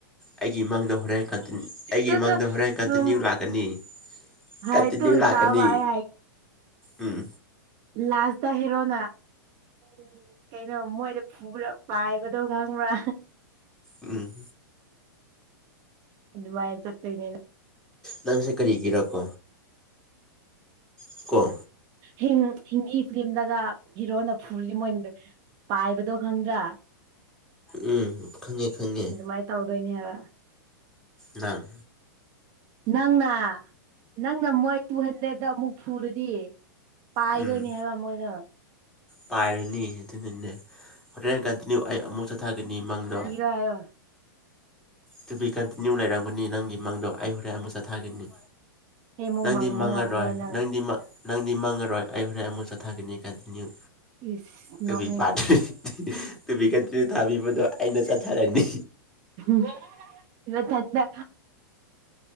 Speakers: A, in the centre; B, on the right.
A: ꯑꯩꯒꯤ ꯏ ꯃꯃꯥꯡꯗ ꯍꯣꯔꯦꯟ ꯑꯩꯒꯤ
B: ꯇꯨ
A: ꯏꯃꯥꯡꯗ
B: ꯇꯨ
A: ꯍꯣꯔꯦꯟ ꯀꯟꯇꯤꯅ꯭ꯌꯨ
B: ꯎꯝ
A: ꯂꯥꯛꯀꯅꯤ
B: ꯍꯥꯏ
A: ꯀꯇꯤꯅꯌꯨ
B: ꯇꯨ
A: ꯂꯥꯛꯀꯅꯤ
B: ꯇꯥꯕ ꯑꯩ
A: ꯎꯝ
B: ꯂꯥꯁꯗ ꯍꯦꯔꯣꯅꯥ ꯎꯝ ꯀꯩꯅꯣ ꯃꯣꯏꯗꯣ ꯐꯨꯂꯞ ꯄꯥꯏꯕꯗꯣ ꯈꯪꯕ꯭ꯔꯥ
A: ꯎꯝ
B: ꯑꯗꯨꯃꯥꯏꯅ ꯆꯠꯇꯣꯏꯅꯦꯅ
A: ꯅꯪꯁꯦ ꯀꯔꯤꯒꯤꯔꯀꯣ ꯀꯣ
B: ꯍꯤꯡ ꯍꯤꯟꯗꯤ ꯐꯤꯂꯝꯗꯒ ꯍꯤꯔꯣꯅ ꯐꯨꯔꯖꯤ ꯃꯣꯏꯅ ꯄꯥꯏꯕꯗꯣ ꯈꯪꯗ꯭ꯔꯥ
A: ꯎꯝ ꯈꯪꯉꯦ ꯈꯪꯉꯦ
B: ꯑꯗꯨꯃꯥꯏ ꯇꯧꯗꯣꯏꯅꯤ ꯍꯥꯏꯕ
A: ꯅꯪ
B: ꯅꯪꯅ ꯅꯪꯅ ꯃꯣꯏ ꯇꯨ ꯍꯟꯗ꯭ꯔꯦꯇ ꯑꯃꯨꯛ ꯐꯨꯔꯗꯤ ꯄꯥꯏꯗꯣꯏꯅꯤ
A: ꯎꯝ
B: ꯍꯥꯏꯕ ꯃꯣꯏꯗꯣ
A: ꯄꯥꯏꯔꯅꯤ ꯑꯗꯨꯅꯅꯦ ꯍꯣꯔꯦꯟ ꯀꯟꯇꯤꯅ꯭ꯌꯨ ꯑꯩ ꯑꯃꯨꯛ ꯆꯠꯊꯒꯅꯤ ꯃꯪꯗꯣ
B: ꯇꯥꯏꯌꯣ
A: ꯇꯨꯕꯤ ꯀꯟꯇꯤꯅꯤꯌꯨ ꯂꯩꯔꯥꯝꯒꯅꯤ ꯅꯪꯒꯤ ꯃꯪꯗꯣ ꯑꯩ ꯍꯣꯔꯦꯟ ꯑꯃꯨꯛ ꯆꯥꯊꯒꯅꯤ
B: ꯑꯩ ꯑꯃꯨꯛ
A: ꯅꯪꯗꯤ
B: ꯃꯥꯡꯕ
A: ꯃꯥꯡꯉꯔꯣꯏ
B: ꯉꯝꯔꯣꯏ ꯅꯪ
A: ꯅꯪꯗꯤ ꯅꯪꯗꯤ ꯃꯪꯉꯔꯣꯏ ꯑꯩ ꯍꯨꯔꯦꯟ ꯑꯃꯨꯛ ꯆꯊꯥꯒꯅꯤ ꯀꯥꯟꯇꯤꯅꯌꯨ
B: ꯏꯁ
A: ꯇꯨꯕꯤ
B: ꯅꯣꯛꯅꯤꯡꯉꯤ
A: ꯄꯥꯠ ꯊꯤ ꯇꯨꯕꯤ ꯀꯟꯇꯤꯅꯌꯨ ꯊꯥꯕꯤꯕꯗꯣ ꯑꯩꯅ ꯆꯠꯊꯔꯅꯤ
B: ꯐꯪꯗꯦ ꯅꯊꯟꯗ